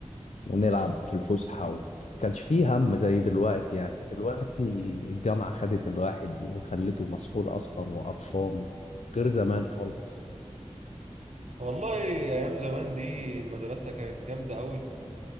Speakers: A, on the left; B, on the right.
A: ونلعب في الفسحة و... كانش فيه هم زي دلوقتي يعني دلوقتي الجامعة خدت الواحد وخلته مسؤول أصلا وقرفان غير زمان خالص
B: والله ايام زمان دي المدرسه كانت جامده قوي